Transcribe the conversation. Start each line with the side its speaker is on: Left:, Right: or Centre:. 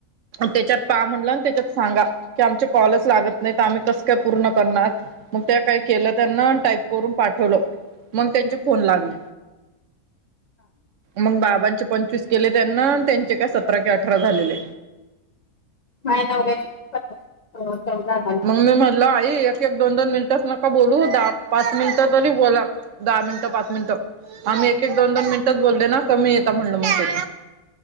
Right: त्याच्यात पा म्हणला आणि त्याच्यात सांगा की आमचे कॉलच लागत नाही तर आम्ही कसं काय पूर्ण करणार मग त्या काही केलं त्यांना टाईप करून पाठवलं मग त्यांची कोण लागले मग बाबांचे पंचवीस केले त्यांना त्यांचे काय सतरा कि अठरा झालेले
Left: नवऱ्याचे एक पंधरा हो चौदा
Right: म्हणून मी म्हटलं आई एके क द दोन मिनट च नका बोलू दाह पाच मिनिट तरी बोला दहा मिनट पाच मिनिटं आम्ही एक एक दोन दोन मिनिटच बोलले ना कमी येत म्हणल मग